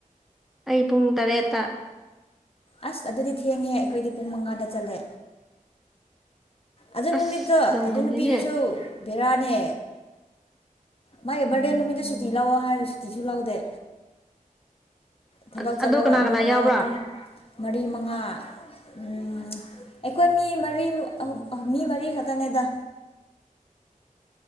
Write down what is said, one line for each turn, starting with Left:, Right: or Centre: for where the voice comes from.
Centre: ꯑꯩ ꯄꯨꯡ ꯇꯔꯦꯠꯇ
Left: ꯑꯁ ꯑꯗꯨꯗꯤ ꯊꯦꯡꯉꯦ ꯑꯩꯈꯣꯏꯗꯤ ꯄꯨꯡ ꯃꯉꯥꯗ ꯆꯠꯂꯦ ꯑꯗꯨ
Centre: ꯑꯁ
Left: ꯅꯨꯃꯤꯠꯇꯣ
Centre: ꯌꯥꯝ
Left: ꯑꯗꯨ
Centre: ꯉꯜꯂꯦꯅꯦ
Left: ꯅꯨꯄꯤꯗꯨꯁꯨ ꯕꯦꯔꯥꯅꯦ ꯃꯥꯒꯤ ꯕꯔꯗꯦ ꯅꯨꯃꯤꯠꯇ ꯁꯨꯇꯤ ꯂꯧꯑꯣ ꯍꯥꯏꯔꯒ ꯁꯨꯇꯤꯁꯨ ꯂꯧꯗꯦ ꯊꯕꯛ
Centre: ꯑꯗꯣ
Left: ꯆꯠꯂꯒ
Centre: ꯀꯅꯥ
Left: ꯑꯃꯨꯛ
Centre: ꯀꯅꯥ
Left: ꯍꯜꯂꯛꯑꯒ
Centre: ꯌꯥꯎꯕ꯭ꯔꯥ
Left: ꯄꯨꯡ ꯃꯔꯤ ꯃꯉꯥ ꯎꯝ ꯑꯩꯈꯣꯏ ꯃꯤ ꯃꯔꯤ ꯃꯤ ꯃꯔꯤ ꯈꯛꯇꯅꯦꯗ